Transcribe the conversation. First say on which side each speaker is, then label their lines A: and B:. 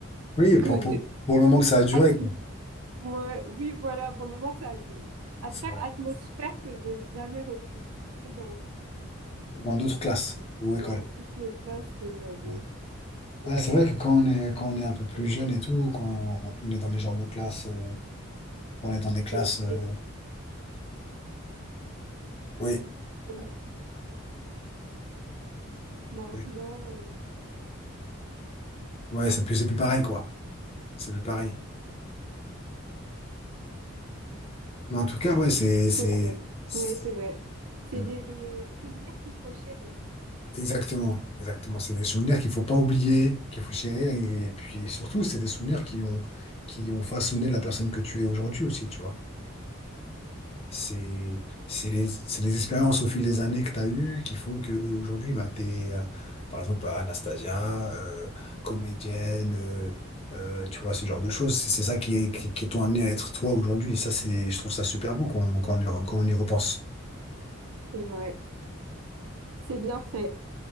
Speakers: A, on the left; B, on the right.
A: Oui, pour,
B: que
A: pour,
B: de,
A: pour le moment que ça a duré,
B: Ah, tu-
A: quoi.
B: Ouais, oui, voilà, pour le moment que ça a duré. Après,
A: C'est vrai.
B: atmosphère que j'ai jamais retrouvée dans,
A: Dans d'autres classes ou écoles.
B: dans toutes les classes que j'avais.
A: Ouais.
B: Ouais.
A: Ouais, c'est vrai que quand on est, quand on est un peu plus
B: Euh,
A: jeune et tout, quand on, on est dans les genres de classes, euh, quand on est dans des classes,
B: Et,
A: euh,
B: et
A: oui,
B: maintenant, maintenant,
A: oui,
B: euh,
A: ouais, c'est plus, c'est plus pareil, quoi. C'est plus pareil. Mais en tout cas, ouais, c'est, c'est,
B: c'est vrai.
A: c'est-
B: Ouais, c'est vrai. C'est
A: hmm.
B: des, des souvenirs qu'il faut chérir.
A: exactement, exactement. C'est des souvenirs qu'il faut pas oublier, qu'il faut chérir. Et puis surtout, c'est des souvenirs qui ont, qui ont façonné la personne que tu es aujourd'hui aussi, tu vois. C'est c'est les, c'est les expériences au fil des années que tu as eues qui font que aujourd'hui bah, tu es, euh, par exemple, Anastasia, euh, comédienne, euh, euh, tu vois, ce genre de choses. C'est c'est ça qui, est- qui, qui t'ont amené à être toi aujourd'hui. Et ça, c'est, je trouve ça super beau quand, quand on y, re- quand on y repense.
B: C'est vrai. C'est bien fait.